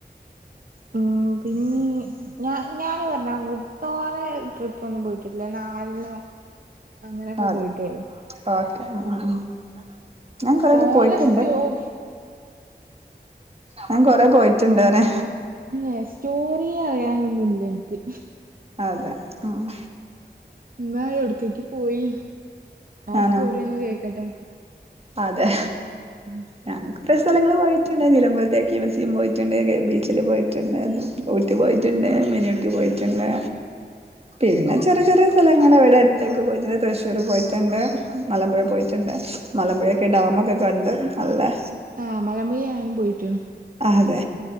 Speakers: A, on the right; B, on the right.
A: ഉം പിന്നീ ഞ ഞാന് പറഞ്ഞ കു ത്തോനെ ട്രിപ്പൊന്നും പോയിട്ടില്ല നാലെണ്ണോ അങ്ങനെക്കെ
B: ആ അതെ
A: പോയിട്ടാെള്ളു
B: ഓക്കെ ഉം ഉം ഞാൻ കൊറേക്കെ
A: തോനെ
B: പോയിട്ടുണ്ട്
A: സ്റ്റോറി
B: ഞാൻ കൊറെ പോയിട്ട്ണ്ട് അങ്ങനെ
A: ഏ സ്റ്റോറി അറിയാനൊന്നുല്ല ഇൻക്ക്
B: അതെ ആഹ്
A: ഇന്ന എവിടെകേക്ക പോയി. ആ
B: ഞാനോ
A: സ്റ്റോറിയൊന്ന് കേക്കട്ടെ.
B: അതെ
A: ഉം
B: ഞാൻ സ്ഥലങ്ങള് പോയിട്ടുണ്ടെങ്കിലും നിലമ്പൂർ തേക്ക്മ്യൂസിയം പോയിട്ടുണ്ട് ബീച്ചില് പോയിട്ടുണ്ട് ഊട്ടി പോയിട്ട്ണ്ട് മിനി ഊട്ടി പോയിട്ട്ണ്ട് പിന്നെ ചെറ്യെ ചെറ്യെ സ്ഥലങ്ങള് വിടെ അട്ത്തെക്കെ പോയിട്ടുണ്ട് തൃശ്ശൂര് പോയിട്ടുണ്ട് മലമ്പുഴ പോയിട്ടുണ്ട് മലമ്പുഴയൊക്കെ ഡാമൊക്കെ കണ്ട് നല്ലെ
A: ആഹ് മലമ്പുഴ ഞാനും പോയിട്ട്ണ്
B: ആഹ് അതെ